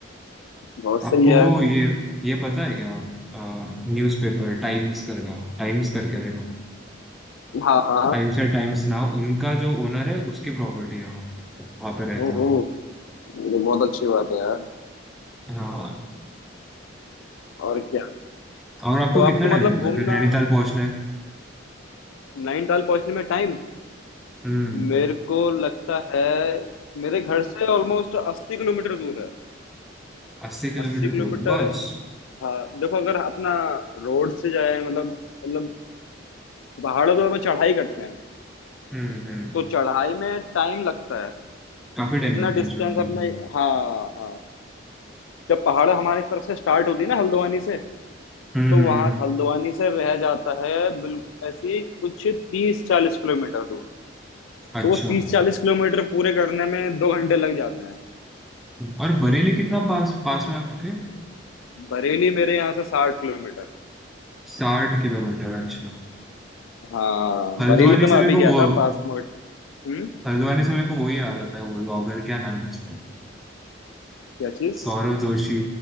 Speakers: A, on the left (about 85°); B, in the centre.
A: बहुत
B: आपको
A: सही है
B: वो ये ये पता है क्या न्यूज़पेपर टाइम्स करका टाइम्स करके देखो
A: हाँ हाँ
B: टाइम्स या टाइम्स नाउ उनका जो ओनर है उसकी प्रॉपर्टी है वो वहाँ पे रहता
A: ओहो
B: है
A: ये तो बहुत अच्छी बात है यार
B: हाँ
A: और क्या
B: और आपको
A: तो
B: कितना
A: आपको
B: टाइम
A: मतलब
B: लगता है
A: घूमना
B: फिर नैनीताल पहुंचना है
A: नैनीताल पहुंचने में टाइम
B: हम्म
A: मेरे को लगता है मेरे घर से ऑलमोस्ट अस्सी किलोमीटर दूर है
B: अस्सी किलोमीटर
A: अस्सी किलोमीटर
B: दूर है, बस
A: हाँ देखो अगर अपना रोड से जाए मतलब मतलब पहाड़ों पर हम चढ़ाई करते हैं
B: हम्म हम्म
A: तो चढ़ाई में टाइम लगता है
B: काफी टाइम
A: इतना
B: लगता
A: डिस्टेंस
B: है शूटिंग
A: अपने
B: में
A: हाँ हाँ जब पहाड़ हमारी तरफ से स्टार्ट होती है ना हल्द्वानी से
B: हम्म
A: तो
B: हम्म,
A: वहां
B: हम्म,
A: हल्द्वानी से रह जाता है बिल्कुल ऐसी कुछ तीस चालीस किलोमीटर दूर
B: अच्छा
A: तो वो तीस चालीस किलोमीटर पूरे करने में दो घंटे लग जाते हैं
B: और बरेली कितना पास पास में आपके
A: बरेली मेरे यहाँ से साठ किलोमीटर
B: साठ किलोमीटर अच्छा
A: हाँ
B: हल्द्वानी
A: बरेली तो
B: से
A: मैं
B: मेरे
A: अभी
B: को
A: गया
B: वो
A: था पास में बट- हम्म
B: हल्द्वानी से मेरे को वही याद आता है वो ब्लॉगर क्या नाम है उसका
A: क्या चीज
B: सौरव जोशी